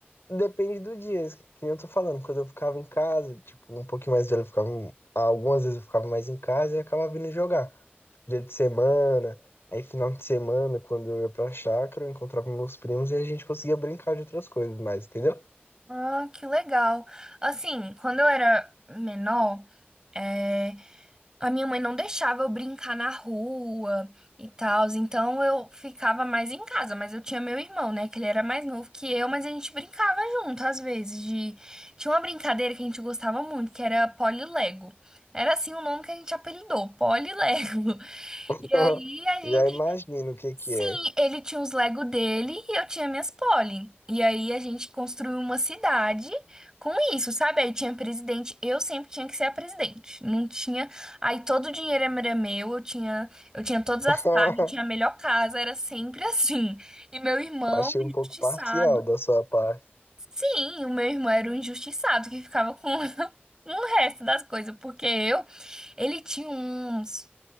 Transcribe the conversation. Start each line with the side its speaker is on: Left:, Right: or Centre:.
Left: depende do dia, que nem eu tô falando. Quando eu ficava em casa, tipo, um pouquinho mais velho, eu ficava. Algumas vezes eu ficava mais em casa e acabava vindo jogar. Tipo, dia de semana, aí final de semana, quando eu ia pra chácara, eu encontrava meus primos e a gente conseguia brincar de outras coisas mais, entendeu?
Right: Ah, que legal. Assim, quando eu era menor, é, a minha mãe não deixava eu brincar na rua e tal, então eu ficava mais em casa, mas eu tinha meu irmão, né, que ele era mais novo que eu, mas a gente brincava junto às vezes de tinha uma brincadeira que a gente gostava muito, que era Polilego. Era assim o nome que a gente apelidou, Polilego. <laughs>
Left: <laughs>
Right: E aí a gente
Left: Já imagino o que que
Right: Sim,
Left: é.
Right: ele tinha os Lego dele e eu tinha minhas Polly. E aí a gente construiu uma cidade com isso, sabe? Aí tinha presidente, eu sempre tinha que ser a presidente. Não tinha, aí todo o dinheiro era meu, eu tinha, eu tinha todas as
Left: <laughs>
Right: casas, eu tinha a melhor casa, era sempre <laughs> assim. E meu irmão,
Left: Achei
Right: injustiçado.
Left: um pouco parcial da sua parte.
Right: Sim, o meu irmão era o injustiçado que ficava com <laughs> o resto das coisas, porque eu, ele tinha uns